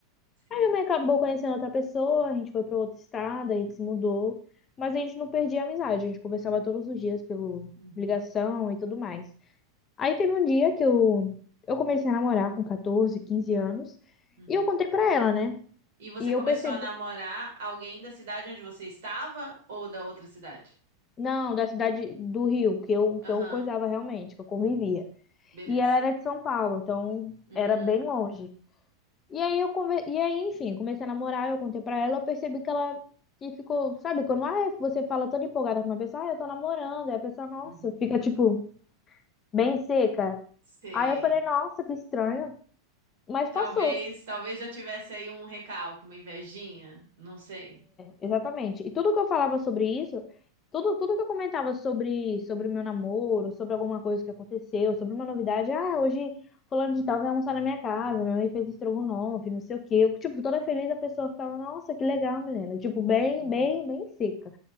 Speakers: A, on the right; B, on the left.
A: Sei.
B: Aí minha mãe acabou conhecendo outra pessoa, a gente foi pra outro estado, a gente se mudou. Mas a gente não perdia a amizade, a gente conversava todos os dias pelo
A: Uhum.
B: ligação e tudo mais. Aí teve um dia que eu, eu comecei a namorar com 14, 15 anos.
A: Uhum.
B: E eu contei pra ela, né?
A: E você
B: E eu
A: começou
B: percebi.
A: a namorar alguém da cidade onde você estava ou da outra cidade?
B: Não, da cidade do Rio, que eu, que
A: Aham,
B: eu coisava realmente, que eu convivia.
A: beleza.
B: E ela era de São Paulo, então
A: Uhum,
B: era bem longe. E aí eu conver... e aí, enfim, comecei a namorar, eu contei pra ela, eu percebi que ela que ficou, sabe, quando ah, você fala toda empolgada com uma pessoa, ah, eu tô namorando, aí a pessoa, nossa,
A: uhum.
B: fica tipo bem seca.
A: Sei.
B: Aí eu falei, nossa, que estranho, mas
A: Talvez,
B: passou.
A: talvez já tivesse aí um recalque, uma invejinha, não sei.
B: Exatamente. E tudo que eu falava sobre isso, tudo, tudo que eu comentava sobre sobre o meu namoro, sobre alguma coisa que aconteceu, sobre uma novidade, ah, hoje fulano de tal vai almoçar na minha casa, minha mãe fez estrogonofe, não sei o quê. Eu, tipo, toda feliz a pessoa ficava, nossa, que legal, menina. Tipo, bem,
A: Uhum,
B: bem, bem seca.